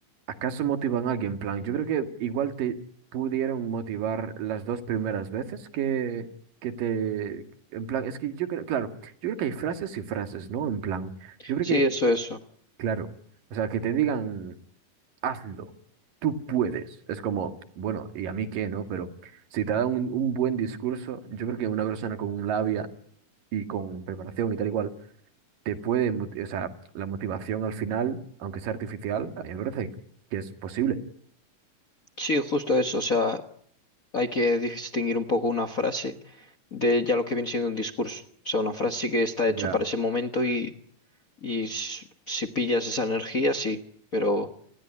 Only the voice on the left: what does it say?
Sí,
eso, eso.
Sí, justo eso. O sea, hay que distinguir un poco una frase de ya lo que viene siendo un discurso. O sea, una frase sí que está
hecho para ese momento y Y s- si pillas esa energía, sí, pero